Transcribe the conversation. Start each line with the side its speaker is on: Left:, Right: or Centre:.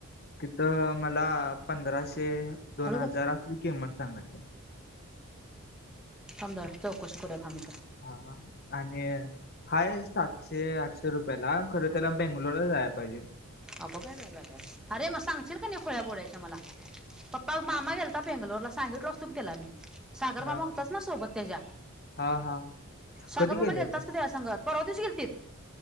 Left: तिथं मला पंधराशे-दोन
Centre: अरे बापरे
Left: हजार असली किंमत सांगितल्यात
Centre: थांब जरा चौकशी करुया थांब
Left: हा-हा आणि हाय सातशे-आठशे रुपयला खरं त्याला बेंगलोरला जायला पाहिजे.
Centre: आगं बाय-बाय-बाय अरे मग सांगशील का नाही खुळ्या बोड्याच्या मला पप्पा मामा गेलता बेंगलोरला सांगितलो असतो त्याला मी सागर
Left: हा
Centre: मामा होताच ना सोबत त्याच्या.
Left: हा हा
Centre: सागर
Left: कधी
Centre: मामा
Left: गेलेले
Centre: गेलताच की त्याच्या संग परवा दिवशी गेलतीत